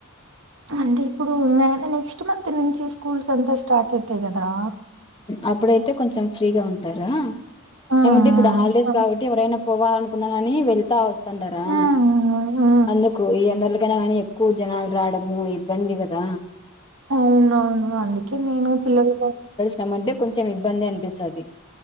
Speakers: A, on the right; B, on the left.
A: అంటే ఇప్పుడు న నెక్స్ట్ మంత్ నుంచి స్కూల్స్ అంతా స్టార్ట్ అయితాయి కదరా
B: అప్పుడైతే కొంచెం ఫ్రీగా ఉంటారా
A: ఆ
B: ఏమంటే ఇప్పుడు హాలిడేస్
A: ఆ
B: కాబట్టి ఎవడైనా పోవాల అనుకున్నా కాని వెళ్తా వస్తుంటారా
A: ఆ ఆ
B: అందుకు ఈ ఎన్నోళ్లకైనా కాని ఎక్కువ జనాలు రావడము ఇబ్బంది కదా
A: అవునవును అందుకే నేను పిల్లల
B: నువ్వుంటే కొంచెం ఇబ్బంది అనిపిస్తాది